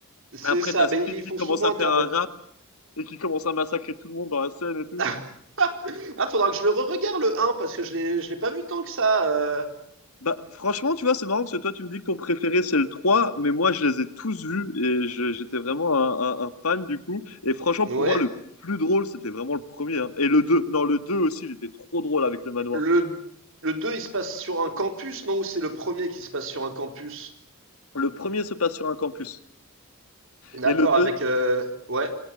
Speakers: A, on the right (about 60°); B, on the left (about 75°).
A: C'est
B: Après,
A: ça,
B: t'as
A: mais
B: Scream qui
A: ils font
B: commence
A: souvent
B: à
A: intervenir
B: faire un rap et qui commence à massacrer tout le monde dans la scène et tout.
A: <laughs> Ah, faudra que je le regarde le un parce que je l'ai je l'ai pas vu tant que ça, heu,
B: Bah, franchement, tu vois, c'est marrant parce que toi, tu me dis que ton préféré, c'est le 3 mais moi, je les ai tous vus et je- j'étais vraiment un, un- un fan du coup. Et franchement,
A: ouais.
B: pour moi, le plus drôle, c'était vraiment le premier. hein. Et le 2 non, le 2 aussi, il était trop drôle avec le manoir.
A: Le le deux il se passe sur un campus, non? Ou c'est le premier qui se passe sur un campus?
B: Le premier se passe sur un campus.
A: D'accord,
B: Et le 2
A: avec euh, ouais,